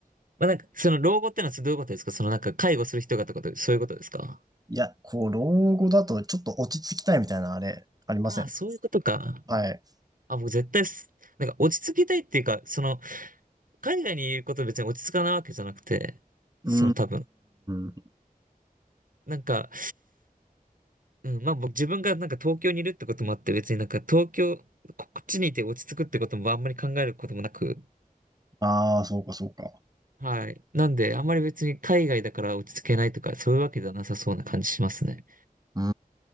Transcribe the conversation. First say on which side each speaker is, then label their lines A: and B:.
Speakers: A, on the right; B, on the right.
A: まあ、なんか、その老後ってのはどういうことですかそのなんか、介護する人がってこと、そういうことですか
B: いや、こう、老後だとちょっと落ち着きたいみたいなあれ、ありません。
A: ああ、そういうことか。
B: はい。
A: あ、もう絶対す、なんか落ち着きたいっていうか、その、海外にいることで別に落ち着かないわけじゃなくて、
B: うー
A: その多分、
B: ん。
A: なんか、うん、まあ僕自分がなんか東京にいるってこともあって別になんか東京、ここっちにいて落ち着くってこともあんまり考えることもなく、
B: ああ、そうか、そうか。
A: はい。なんであんまり別に海外だから落ち着けないとかそういうわけではなさそうな感じしますね。
B: うー